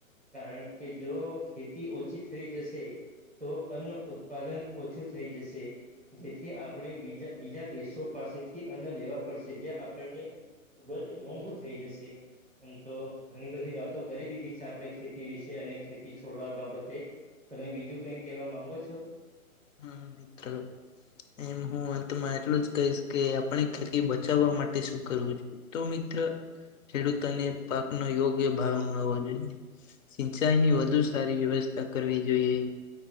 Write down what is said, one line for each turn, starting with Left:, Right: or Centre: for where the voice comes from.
Centre: કારણ કે જો ખેતી ઓછ ઓછી થઈ જશે, તો અન્ન ઉત્પાદન ઓછું થઈ જશે. જેથી આપણે બીજા બીજા દેશો પાસેથી અન્ન લેવા પડશે, જે આપણને ખૂબ જ મોંઘુ થઇ જશે. એમ તો ઘણી બધી વાતો કરી દીધી છે આપણે ખેતી વિશે, અને ખેતી છોડવા બાબત તે તમે બીજું કંઈ કહેવા માંગો છો?
Left: હમ્મ-હમ્મ મિત્ર. એમ હું અંતમાં એટલું જ કહીશ કે આપણે ખેતી બચાવવા માટે શું કરવું જોઈ? તો મિત્ર ખેડૂતોને પાકનો યોગ્ય ભાવ મળવો જોઈએ. સિંચાઈની વધુ સારી વ્યવસ્થા કરવી જોઈએ